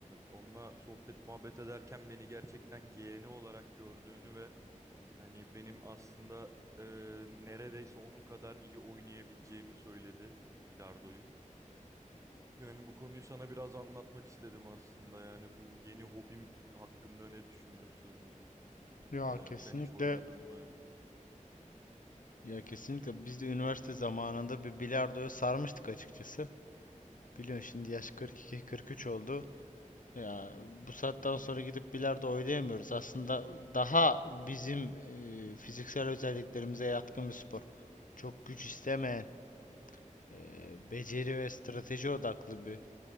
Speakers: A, on the right; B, on the left.
A: onunla sohbet muhabbet ederken beni gerçekten yeğeni olarak gördüğünü ve Yani benim aslında e, neredeyse onun kadar iyi oynayabileceğimi söyledi bilardoyu. Yani bu konuyu sana biraz anlatmak istedim aslında. Yani bu yeni hobim hakkında ne düşünüyorsun?
B: Ya
A: E,
B: kesinlikle
A: sen hiç oynadın Evet. mı?
B: ya kesinlikle biz de üniversite zamanında bir bilardoya sarmıştık açıkçası. Biliyorsun şimdi yaş 42-43 oldu. Ya bu saatten sonra gidip bilardo oynayamıyoruz. Aslında daha bizim e, fiziksel özelliklerimize yatkın bir spor. Çok güç istemeyen, e, beceri ve strateji odaklı bir